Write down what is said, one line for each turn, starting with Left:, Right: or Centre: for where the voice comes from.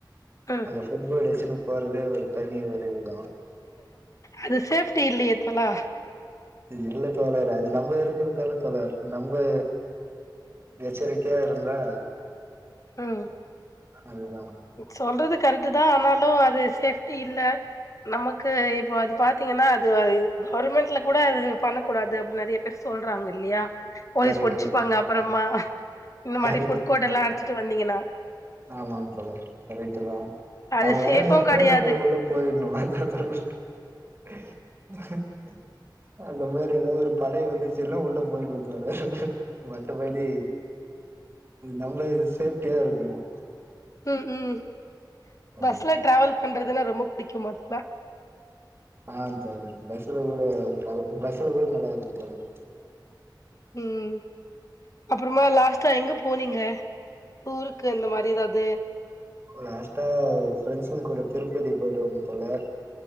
Left: ம்
Right: அந்த ஃபுட்போர்டு துனு போறதே ஒரு தனி ஒரு இதுதா
Left: அது சேஃப்டி இல்லையே தொழா
Right: இல்ல தோழர் அது நம்ம இருங்கறதால தோழர் நம்ம எச்சரிக்கையா இருந்தா
Left: ம்
Right: அதுதா
Left: சொல்றது கரெக்டு தா ஆனா அது சேஃப்டி இல்ல நமக்கு இப்போ அது பாத்தீங்கன்னா அது கவர்மெண்ட்ல கூட அது பண்ணக்கூடாது அப்டின் நெறைய பேரு சொல்றாங்க இல்லையா போலீஸ்
Right: கரெக்ட்
Left: புடிச்சுப்பாங்க
Right: தா தோழர்
Left: அப்புறமா இந்த
Right: கரெக்ட்
Left: மாரி ஃபுட்கோடல்லா
Right: தா தோழர்
Left: அடச்சுட்டு வந்தீங்கன்னா
Right: ஆமாங்க தோழர் கரைட்டு தா
Left: அது
Right: அவங்க வர
Left: சேஃபு
Right: நேரத்துல
Left: கெடையாது
Right: நம்ம உள்ள போயிடணும் அதா <unintelligible> அந்த மாரி ஏதாவது ஒரு படைய வந்துச்சுன்னா உள்ள போயிணு <unintelligible> மத்தபடி நம்ம சேப்டியா இருக்கணும்
Left: ம் ம்
Right: அதுதா
Left: பஸ்ல
Right: தோழர்
Left: ட்ராவல் பண்றதுன்னா ரொம்ப பிடிக்கும்பாதுல்ல
Right: ஆ தோழர் பஸ்ல கூட பஸ்ல கூட நல்லா இருக்கு தோழர்
Left: ம் அப்புறமா லாஸ்ட்டா எங்க போனீங்க ஊருக்கு இந்த மாரி ஏதாவது
Right: லாஸ்ட்டா ஃப்ரெண்ட்ஸு கூட திருப்பதி போயிட்டு வந்தே தோழர்